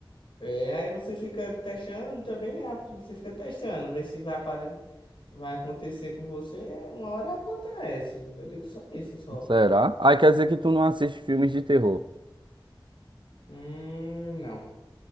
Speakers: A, on the left; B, on the right.
A: É, aí você fica testando também, né? Você fica testando, ver se vai, apare- vai acontecer com você. Uma hora acontece. Eu digo só isso, só.
B: será? Ah, quer dizer que tu não assiste filmes de terror.
A: Hum, não.